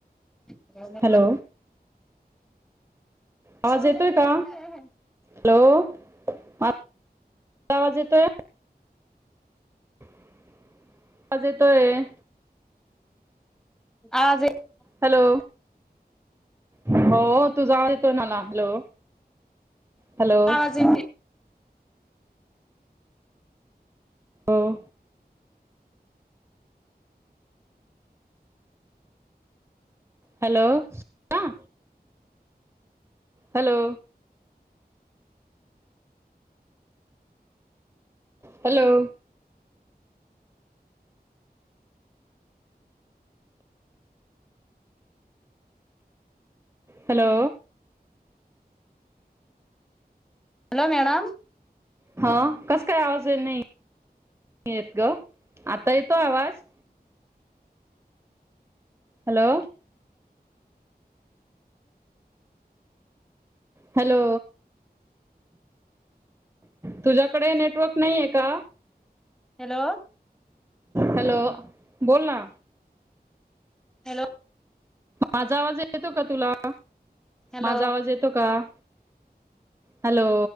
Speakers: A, in the centre; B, on the right.
A: <inaudible>
B: Hello
A: <inaudible>
B: आवाज येतोय का हॅलो हा आवाज येतोय? आवाज येतोय.
A: आज ये
B: हॅलो. <unintelligible> हो तूझा आवाज येतोय मला हॅलो. हॅलो
A: आवाज येते.
B: अं. हॅलो आं hello. Hello. Hello.
A: Hello madam
B: हा कसं काय आवाज येत नाई येत गं, आता येतोय आवाज? हॅलो. हॅलो तुझ्याकडे नेटवर्क नाईये का?
A: हॅलो.
B: हॅलो बोल ना.
A: हॅलो
B: माजा आवाज येतो का तुला?
A: हॅलो
B: माझा आवाज येतो कां? हॅलो.